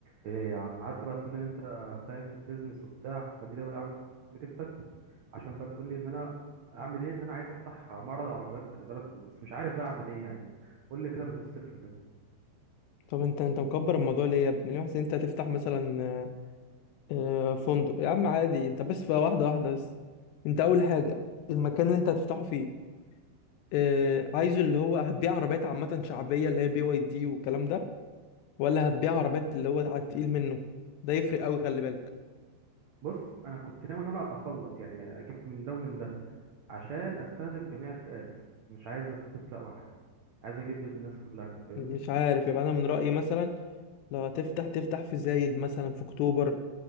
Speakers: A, on the right; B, on the left.
A: ايه يا عم قعدت بقى تقول ان انت فاهم في البيزنس وبتاع فدي لو يا عم جبتك عشان بقى تقول لي ان انا اعمل ايه ان انا عايز افتح معرض عربيات خلي بالك بس مش عارف بقى اعمل ايه يعني قول لي كده من الصفر كده
B: طب انت انت مكبر الموضوع ليه يا ابني ليه حاسس انت هتفتح مثلا آه، آه، فندق يا عم عادي انت بس في واحده واحده بس انت اول حاجه المكان اللي انت هتفتحه فيه آه، عايزه اللي هو هتبيع عربيات عامه شعبيه اللي هي بي واي دي والكلام ده ولا هتبيع عربيات اللي هو على التقيل منه ده يفرق قوي خلي بالك
A: بص انا كنت ناوي ان انا اخلط يعني اجيب من ده ومن ده عشان استهدف جميع الفئات مش عايز استهدف فئة واحدة عايز اجيب الناس كلها انت فاهمني
B: مش عارف يبقى انا من رايي مثلا لو هتفتح تفتح في زايد مثلا في اكتوبر